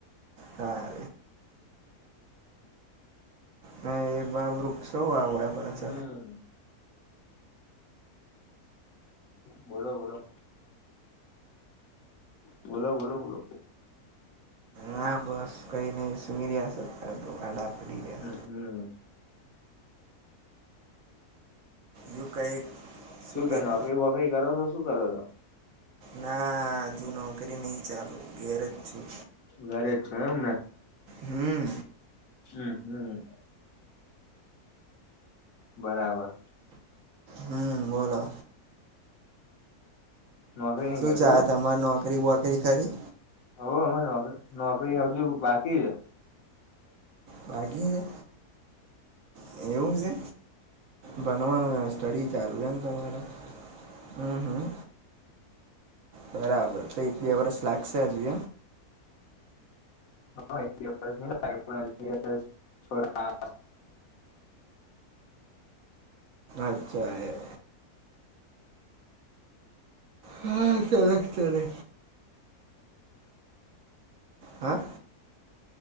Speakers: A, on the right; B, on the left.
A: હા ના એ બ વૃક્ષો વા પાછ.
B: હમ બોલો, બોલો, બોલો, બોલો, બોલો.
A: હ બસ કઈ નઈ સુઈ રહ્યા છે તો ગાડા પડી રહ્યા.
B: હમમમ.
A: યું કઈ શું
B: કે
A: કરે.
B: નોકરી બોકરી કરો છો શું કરો છો
A: ના હજુ નોકરી નહીિ ચાલુ. ગેરેજજું
B: ઘરે જ છો એમને
A: હમ
B: હમ, હમ બરાબર
A: હમ બોલો
B: નોકરી નઈ
A: શું
B: કરતા
A: છેા
B: એવું
A: તમારે નોકરી બોકરી કરીરી.
B: હ અમે નોકરી નોકરી હજુ બાકી છે.
A: બાકીી છે એવું છે. બનવાનું સ્ટડી ચાલુ એમ તમારા હમ હમ. બરાબર તો એક બે વરસ લાગશે હજ.
B: હ દસ માગસ છોરા.
A: અચ્જા એવ. હા સરરા સરે. હા,